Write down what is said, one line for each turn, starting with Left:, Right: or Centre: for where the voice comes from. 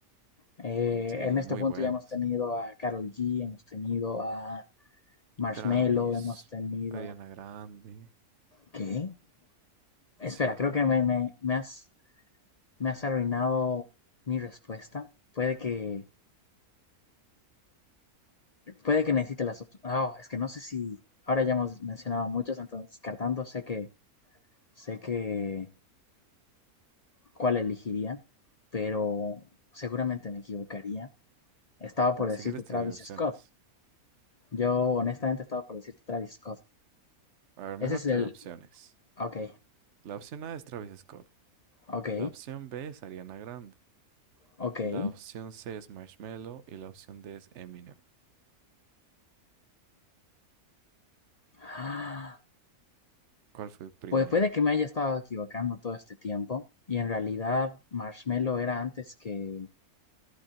Left: Eh,
Right: Sí,
Left: en este
Right: muy
Left: punto
Right: buenos.
Left: ya hemos tenido a Karol G, hemos tenido a Marshmello,
Right: Travis,
Left: hemos tenido...
Right: Ariana Grande.
Left: ¿Qué? Espera,
Right: Sí, claro.
Left: creo que me, me, me has, me has arruinado mi respuesta. Puede que... Puede que necesite las opciones. Oh, es que no sé si. Ahora ya hemos mencionado muchos, entonces descartando, sé que. Sé que. ¿Cuál elegiría? Pero seguramente me equivocaría. Estaba por
Right: A ver,
Left: decirte
Right: si quieres
Left: Travis
Right: te doy opciones.
Left: Scott. Yo, honestamente, estaba por decirte Travis Scott.
Right: A ver, mejor
Left: Ese es
Right: te
Left: el.
Right: doy opciones.
Left: Ok,
Right: La opción A es Travis Scott.
Left: ok,
Right: La opción B es Ariana Grande.
Left: ok. <gasps>
Right: La opción C es Marshmello y la opción D es Eminem.
Left: Ah,
Right: ¿Cuál fue el primero?
Left: Pues puede que me haya estado equivocando todo este tiempo. Y en realidad, Marshmello era antes que.